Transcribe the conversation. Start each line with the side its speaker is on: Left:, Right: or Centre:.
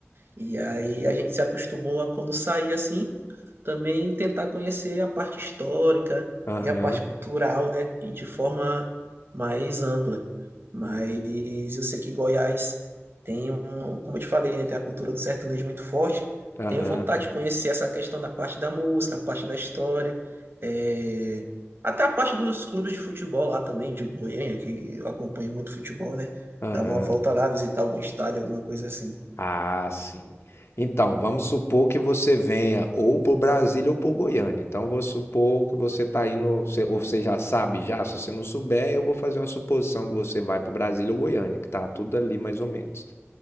Right: E aí a gente se acostumou a, quando sair assim, também tentar conhecer a parte histórica
Left: Aham,
Right: e a parte cultural, né, e de forma mais ampla. Mas eu sei que Goiás tem um, como eu te falei, né, tem a cultura do sertanejo muito forte.
Left: aham,
Right: Tenho vontade de conhecer essa questão da parte da música, a parte da história, é, até a parte dos clubes de futebol lá também, de Goiânia, que eu acompanho muito futebol, né?
Left: aham.
Right: Dar uma volta lá, visitar algum estádio, alguma coisa assim.
Left: Ah, sim. Então, vamos supor que você venha ou para Brasília ou para Goiânia. Então, vou supor que você está indo, você- ou você já sabe já. Se você não souber, eu vou fazer uma suposição que você vai para Brasília ou Goiânia, que tá tudo ali mais ou menos.